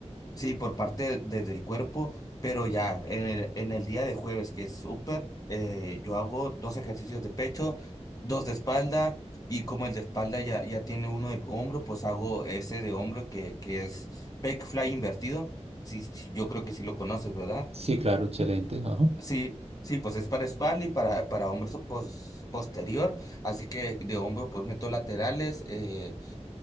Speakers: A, on the left; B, on the right.
A: sí, por parte de- del cuerpo, pero ya en el, en el día de jueves, que es súper, eh, yo hago dos ejercicios de pecho, dos de espalda, y como el de espalda ya, ya tiene uno de hombro, pues hago ese de hombro que, que es pec fly invertido. Sí, sí, yo creo que sí lo conoces, ¿verdad?
B: Sí, claro, excelente. ajá.
A: Sí, sí, pues es para espalda y para, para hombros pos- posterior, así que de hombro pues meto laterales, eh,